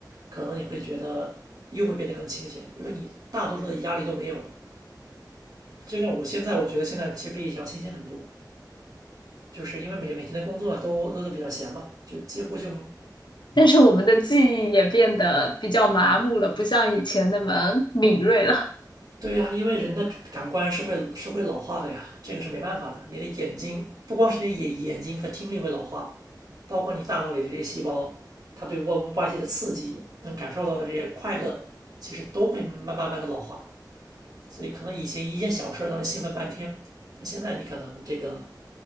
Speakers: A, on the right (about 50°); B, on the left (about 85°).
A: 可能你会觉得又会变得更清闲，因为你大多数的压力都没有了。就像我现在，我觉得现在其实比以前要清醒很多，就是因为每每天的工作都都都比较闲嘛，就几乎就
B: <laughs> 但是我们的记忆也变得比较麻木了，不像以前那么敏锐了。
A: 对呀，因为人的感官是会是会老化的呀，这个是没办法的。你的眼睛不光是你的眼眼睛和听力会老化，包括你大脑里的这些细胞，它对外外界的刺激能感受到的这些快乐，其实都会慢慢慢的老化。所以可能以前一件小事让你兴奋半天，但现在你可能这个